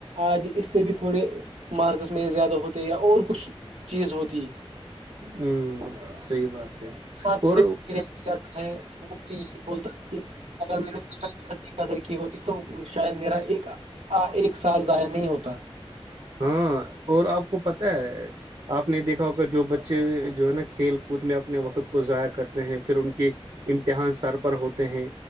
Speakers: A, on the right; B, on the right.
A: آج اس سے بھی تھوڑے مارکس میں زیادہ ہوتے یا اور کچھ چیز ہوتی
B: ہوں صحی بات ہے
A: مارکس
B: اور
A: سے کوئی رہ جاتا ہے تو وہ یہی بتا تھا کہ ا قدر کی ہوتی تو شاید میرا ایک ایک سال ضائع نہیں ہوتا
B: ہاں اور آپ کو پت ہے آپ نے دیکھا ہوگا جو بچے جو ہے نا کھیل کود میں اپنے وقت کو ضائع کرتے ہیں پھر ان کی امتحان سر پر ہوتے ہیں